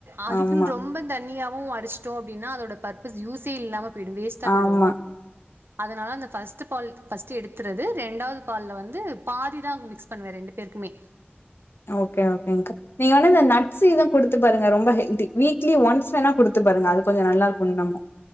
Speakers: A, on the right (about 65°); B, on the left (about 70°).
A: அதுக்குன்னு
B: ஆமா
A: ரொம்ப தனியாவு அரச்சு ட்டோ அப்டினா அதோட பர்பஸ் யூசே இல்லாம போய்டு வேஸ்ட்டா போய்டு
B: ஆமா
A: அதனால அந்த ஃபர்ஸ்ட் பால் ஃபர்ஸ்ட் எடுத்துரது ரெண்டாவது பால்ல வந்து பாதி தா மிக்ஸ் பண்ணுவாரு ரெண்டு பேருக்குமே
B: ஓகே ஓகேங்கா நீங்க வேனா இந்த நட்ஸ் இது கொடுத்து பாருங்க ரொம்ப ஹெல்தி வீக்லி ஒன்ஸ் வேணா கொடுத்து பாருங்க அது கொஞ்சம் நல்லா இருக்கும் புண்ணமும்